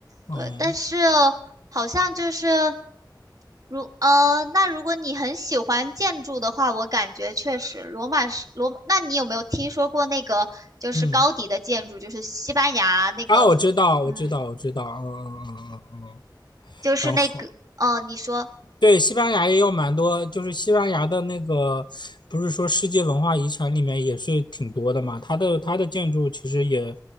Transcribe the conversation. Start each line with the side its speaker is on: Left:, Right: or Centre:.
Left: 嗯嗯
Right: 对，但是好像就是如呃，那如果你很喜欢建筑的话，我感觉确实罗马是罗，那你有没有听说过那个就是高迪的建筑，
Left: 嗯，
Right: 就是西班牙那个，
Left: 啊，我知道，我知道，
Right: 嗯，
Left: 我知道，嗯嗯嗯嗯嗯，
Right: 就是那个哦，
Left: 然后
Right: 你说，
Left: 对，西班牙也有蛮多，就是西班牙的那个，不是说世界文化遗产里面也是挺多的嘛。它的它的建筑其实也，